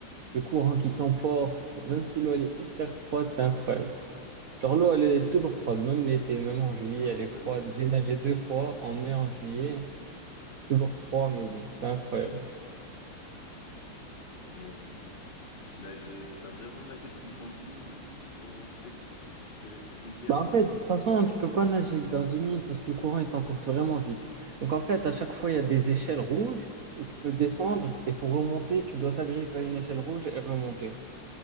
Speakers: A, on the right; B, on the left.
A: le courant qui t'emporte, même si l'eau elle est hyper froide, c'est incroyable. Genre l'eau elle est toujours froide, même l'été, même en juillet,
B: Ah
A: elle
B: ouais,
A: est
B: même
A: froide.
B: l'été.
A: J'ai nagé deux fois, en mai, en juillet, toujours froid, mais bon, c'est incroyable.
B: Mais euh, nager, t'as vraiment nagé pendant 10 minutes dans cette, ce- cette rivière.
A: Bah en fait, de toute façon, tu peux pas nager dans 10 minutes parce que le courant il t'emporte vraiment vite. Donc en fait, à chaque fois, il y a des échelles rouges où tu peux descendre et pour remonter, tu dois t'agripper à une échelle rouge et remonter.